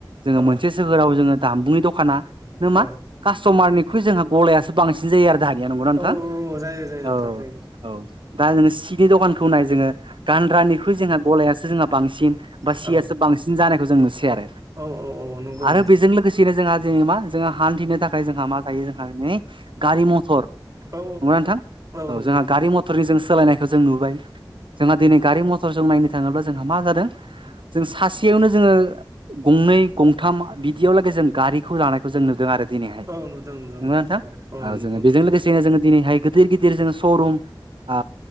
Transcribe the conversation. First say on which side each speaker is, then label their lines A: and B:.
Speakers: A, on the right; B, on the right.
A: जोङो
B: औ
A: मोनसे सोहोराव जोङो जामबुंनि दखानानो
B: औ
A: मा कास्ट'मारनिख्रु जोंहा गलायासो बांसिन जायो आरो दाहानिया नंगौना नोंथां
B: औ जायो जायो नोंथां
A: औ
B: जायो
A: औ दा जोङो सिनि दखानखौ नाय जोङो गानग्रा निख्रुइ जोंहा गलायासो जोंहा बांसिन, बा सियासो
B: औ
A: बांसिन जानायखौ जों नुसै आरो
B: औ औ नंगौ
A: आरो
B: नोंथां
A: बेजों लोगोसेनो जोंहा जोङो मा जोंहा हान्थिनो थाखाय जोंहा मा थायो जोंहा नै गारि मथर नङा
B: औ
A: नोंथां
B: नोंथां
A: औ
B: नंगौ
A: जोंहा
B: नोंथां
A: गारि मथरनि जों सोलायनायखौ जों नुबाय, जोंहा दिनै गारि मथरजों नायनो थाङोब्ला जोंहा मा जादों जों सासेयावनो जोङो, गंनै गंथाम बिदियाव लागै जों गारिखौ लानायखौ जों नुदों आरो। दिनैहाय
B: औ नुदों नुदों
A: नंगौ ना नोंथां
B: औ औ
A: ओ
B: नुदों
A: जोङो
B: नोंथां
A: बेजों लोगोसेयैनो जोङो, दिनैहाय गिदिर गिदिर जोङो शरुम ओ,